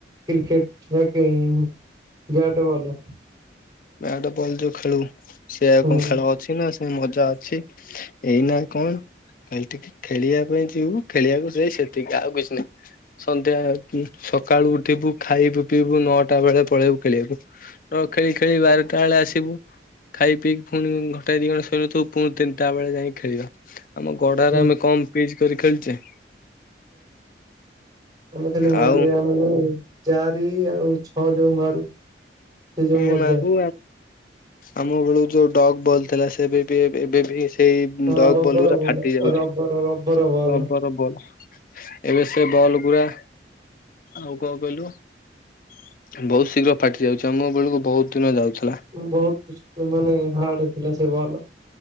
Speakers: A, on the right (about 20°); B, on the left (about 50°).
A: କ୍ରିକେଟ୍ ଯାହାକି ବ୍ୟାଟ୍ ବଲ।
B: ନା ବ୍ୟାଟ୍ ବଲ୍ ଯୋଉ ଖେଳୁ ସେ ଆ
A: ହୁଁ
B: କଣ ଖେଳ ଅଛି ନା ସେ ମଜା ଅଛି। ଏଇ ନା କଣ କାଲି ଟିକେ ଖେଳିବା ପାଇଁ ଯିବୁ ଖେଳିବାକୁ ଯ ସେତିକି ଆଉ କିଛି ନାହିଁ। ସନ୍ଧ୍ୟା ସକାଳୁ ଉଠିବୁ ଖାଇବୁ ପିଇବୁ ନଅଟା ବେଳେ ପଳେଇବୁ ଖେଳିବାକୁ। ର ଖେଳି ଖେଳି ବାରଟା ବେଳେ ଆସିବୁ ଖାଇ ପିଇକି ପୁଣି ଘଣ୍ଟାଏ ଦି ଘଣ୍ଟା ଶୋଇନଥିବୁ ପୁଣି ତିନଟା ବେଳେ ଯାଇକି ଖେଳିବୁ। ଆମ ଗଡ଼ାରେ
A: ହୁଁ
B: ଆମେ କମ୍ ପିଜ୍ କରି ଖେଳିଛେ
A: ଆମେ ଖାଲି ମାରିବା
B: ଆଉ
A: ଆମେ ନ ଚାରି ଆଉ ଛଅ ଯୋଉ ମାରୁ। ସେ ଯୋଉ
B: ଏ
A: ମଜା
B: ମାରୁ ଆମ ବେଳୁ ଯୋଉ ଡଗ୍ ବଲ୍ ଥିଲା ସେବେ ବି ଏବେ ବି ସେଇ
A: ହଁ
B: ଡଗ୍
A: ରବର
B: ବଲ୍ ଉରା
A: ବଲ
B: ଫାଟି ଯାଉଛି
A: rubber rubber ball
B: rubber ball ଏବେ ସେ ବଲ୍ ଗୁରା ଆଉ କଣ କହିଲୁ ବହୁତ ଶୀଘ୍ର ଫାଟି ଯାଉଛି ଆମ ବେଳକୁ ବହୁତ୍ ଦିନ ଯାଉଥିଲା।
A: ବହୁତ ମାନେ ହାର୍ଡ ଥିଲା ସେ ବଲ୍